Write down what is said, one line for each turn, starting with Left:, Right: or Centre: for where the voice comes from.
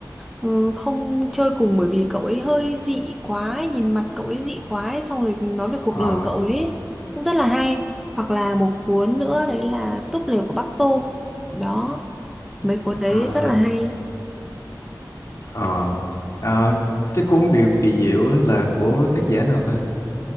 Centre: ừ, không chơi cùng bởi vì cậu ấy hơi dị quá, ấy, nhìn mặt cậu ấy dị quá ấy, xong rồi nói về cuộc
Left: Ờ,
Centre: đời của cậu ấy cũng rất là hay. Hoặc là một cuốn nữa đấy là Túp lều của Bác Tôm. Đó, mấy cuốn đấy
Left: à,
Centre: rất là hay.
Left: Ờ, à, cái cuốn Điều kỳ diệu á là của tác giả nào ta?